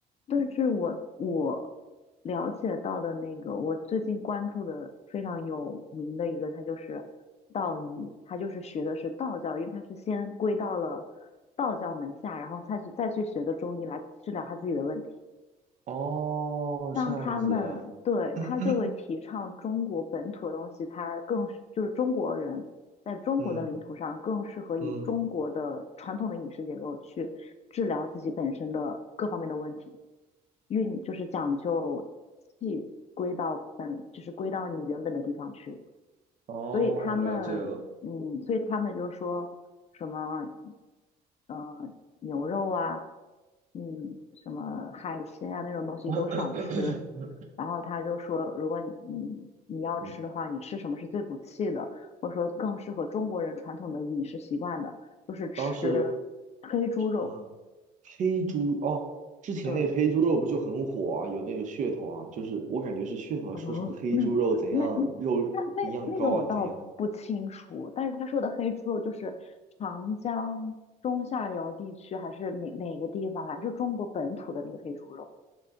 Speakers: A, on the left; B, on the right.
A: 但是我我了解到的那个，我最近关注的非常有名的一个，它就是道医，它就是学的是道教，因为它是先归到了道教门下，然后他去再去学的中医来治疗他自己的问题。
B: 哦，
A: 让他们对他就会提倡中国本土的东西，
B: 这样子啊，<coughs>
A: 他更是就是中国人在中国的领土上更适合以中国的传统的饮食结构去治疗自己本身的各方面的问题，
B: 嗯嗯
A: 运就是讲究气归到本，就是归到你原本的地方去。
B: 哦，
A: 所以他们，
B: 了解了。
A: 嗯，所以他们就说什么，呃，牛肉啊，嗯，什么海鲜啊那种东西都少吃。
B: <coughs>
A: 然后他就说，如果你你要吃的话，
B: 嗯，
A: 你吃什么是最补气的，或者说更适合中国人传统的饮食习惯的，就是吃黑猪肉。
B: 当时嗯，黑猪哦，之前那个黑猪肉不就很火啊，
A: 对，
B: 有那个噱头啊，就是我感觉是噱头，
A: 哦，
B: 说什么黑猪肉怎样，
A: 那那
B: 肉营养高啊，
A: 那那那个我倒不清楚，
B: 怎样。
A: 但是他说的黑猪肉就是长江中下游地区还是哪哪个地方来，就中国本土的那个黑猪肉。